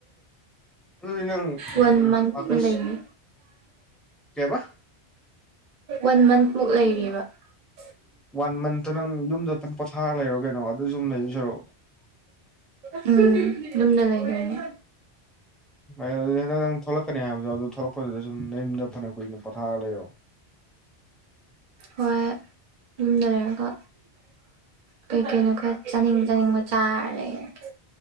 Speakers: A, in the centre; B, on the right (about 50°).
A: ꯑꯗꯨꯗꯤ ꯅꯪ
B: ꯋꯥꯟ
A: ꯎꯝ
B: ꯃꯟꯊ ꯀꯨꯝꯕ
A: ꯑꯥꯒꯁ
B: ꯂꯩꯔꯤ
A: ꯀꯩꯕ
B: ꯋꯥꯟ ꯃꯟ ꯃꯨꯛ ꯂꯩꯔꯤꯕ <unintelligible> <unintelligible>
A: ꯋꯥꯟ ꯃꯟꯇ ꯅꯪ ꯌꯨꯝꯗ ꯐꯟ ꯄꯣꯊꯥꯔ ꯂꯩꯔꯣ ꯀꯩꯅꯣ ꯑꯗꯨ ꯁꯨꯝ ꯂꯩꯗꯣꯏ ꯁꯔꯨꯛ
B: ꯎꯝ ꯌꯨꯝꯗ ꯂꯩꯗꯥꯏꯅꯦ
A: <unintelligible> ꯅꯪ ꯊꯣꯛꯂꯛꯀꯅꯤ ꯍꯥꯏꯕꯗꯣ ꯑꯗꯨ ꯊꯣꯛꯂꯛꯄꯗꯨꯗ ꯁꯨꯝ ꯅ ꯌꯨꯝꯗ ꯐꯅ ꯀꯨꯏꯅ ꯄꯣꯊꯥꯔꯒ ꯂꯩꯔꯣ
B: ꯍꯣꯏ ꯌꯨꯝꯗ ꯂꯩꯔꯒ ꯀꯩꯀꯩꯅꯣ ꯈꯔ ꯆꯥꯅꯤꯡ ꯆꯥꯅꯤꯡꯕ ꯆꯥꯔ ꯂꯩꯔꯒꯦ